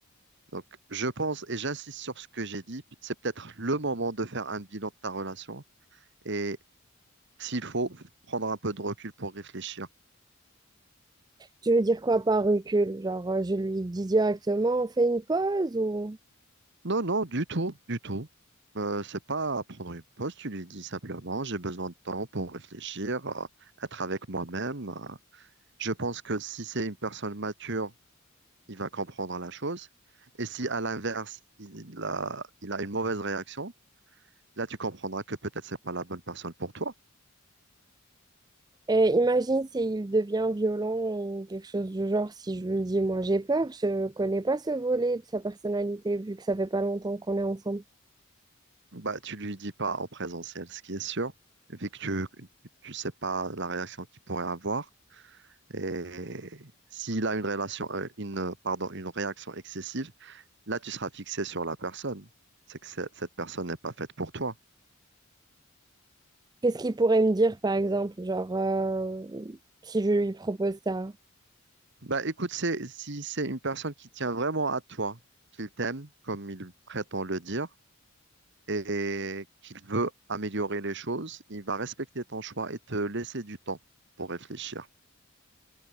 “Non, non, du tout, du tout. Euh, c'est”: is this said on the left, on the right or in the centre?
Right